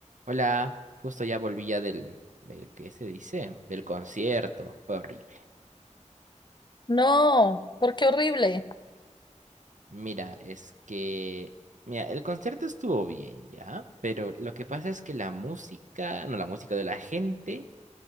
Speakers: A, on the right; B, on the left.
A: Hola, justo ya volví ya del, del, ¿qué se dice? Del concierto, fue horrible.
B: No, porque horrible.
A: Mira, es que, mira, el concierto estuvo bien ya, pero lo que pasa es que la música, no, la música de la gente